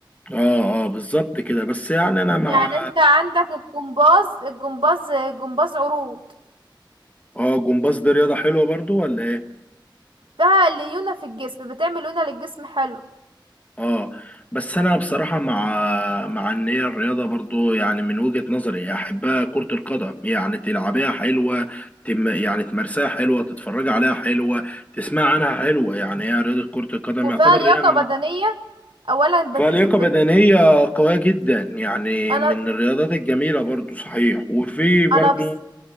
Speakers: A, on the left; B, on the right.
A: اه اه بالظبط كده بس يعني انا مع
B: يعني انت عندك الجمباز الجمباز جمباز عروض
A: اه جمباز دي رياضة حلوة برضو ولا ايه؟
B: فيها ليونة في الجسم بتعمل ليونة للجسم حلو
A: اه بس انا بصراحه مع مع ان هي الرياضه برضو يعني من وجهه نظري احبها كره القدم يعني تلعبيها حلوه تم يعني تمارسها حلوه تتفرج عليها حلوه تسمع عنها حلوه يعني هي رياضه كره القدم
B: وفيها
A: يعتبر
B: لياقة
A: رياضه من
B: بدنية اولا بت...
A: فلياقه
B: بت...
A: بدنيه قويه جدا يعني
B: انا
A: من الرياضات الجميله برضو صحيح وفي برضو
B: انا بس...